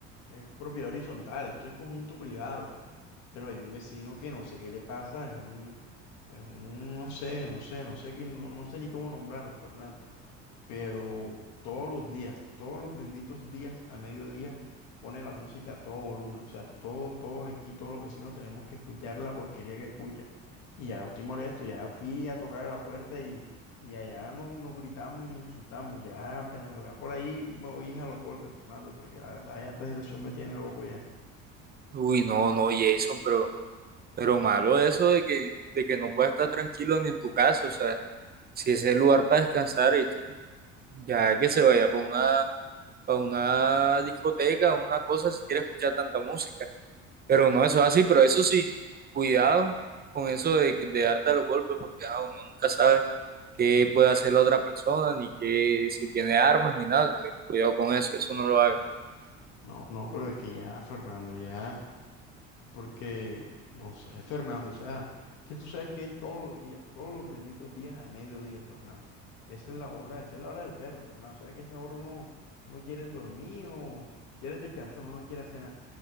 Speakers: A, on the left; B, on the right.
A: es propiedad horizontal, esto es conjunto privado, pero hay un vecino que no sé qué le pasa, es un, es un, no sé, no sé, no sé, qué- no, no sé ni cómo nombrarlo, Fernando. pero todos los días, todos los benditos días a mediodía pone la música a todo volumen, o sea, todos, todos aquí, todos los vecinos tenemos que escuchar la porquería que escucha. Y ya estoy molesto, ya fui a tocar a la puerta y, y allá nos, nos gritamos y nos insultamos, ya apenas lo vea por ahí me voy a los golpes, Fernando, porque la verdad ya esta situación me tiene loco ya.
B: Uy, no, no, Jason, pero, pero malo eso de que, de que no puedas estar tranquilo ni en tu casa. O sea, si ese es el lugar para descansar, y ya que se vaya para una, para una discoteca, una cosa, si quiere escuchar tanta música. Pero no, eso es así, pero eso sí, cuidado con eso de, que- de darte a los golpes, porque ajá, uno nunca sabe qué puede hacer la otra persona, ni qué, si tiene armas, ni nada. Entonces, cuidado con eso, eso no lo hagas.
A: No, no, pero es que ya, Fernando, ya. Porque, no sé, Fernando, o sea, que tú sabes que es todos los días, todos los benditos días a mediodía, Fernando. Esa es la hora, esa es la hora del perro, Fernando. O sea, que a esa hora uno, uno quiere dormir o quiere descansar, uno no quiere hacer nada.